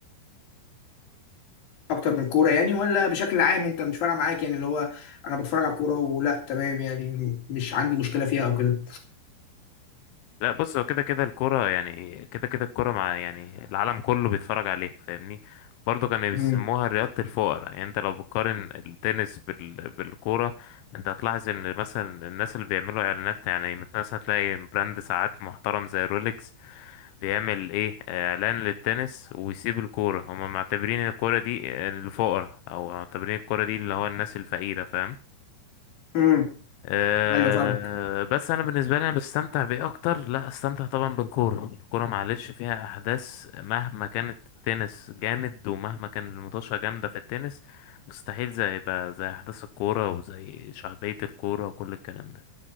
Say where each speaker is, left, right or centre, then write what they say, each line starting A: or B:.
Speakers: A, on the left; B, on the left.
A: اكتر من الكوره يعني ولا بشكل عام انت مش فارقه معاك يعني اللي هو انا بتفرج على الكوره ولا تمام يعني مش عندي مشكله فيها او كده
B: لا بص هو كده كده الكرة يعني كده كده الكرة مع يعني العالم كله بيتفرج عليها فاهمني برضه كانوا بيسموها
A: امم
B: رياضة الفقراء يعني انت لو بتقارن التنس بال... بالكورة انت هتلاحظ ان مثلا الناس اللي بيعملوا اعلانات يعني مثلا تلاقي براند ساعات محترم زي رولكس بيعمل ايه اعلان للتنس ويسيب الكورة هما معتبرين الكورة دي الفقراء او معتبرين الكورة دي اللي هو الناس الفقيرة فاهم
A: امم
B: أه
A: ايوه فاهمك
B: بس انا بالنسبه لي انا بستمتع بايه اكتر لا استمتع طبعا بالكوره الكوره معلش فيها احداث مهما كانت التنس جامد ومهما كان المطوشه جامده في التنس مستحيل زي بقى زي احداث الكوره وزي شعبيه الكوره وكل الكلام ده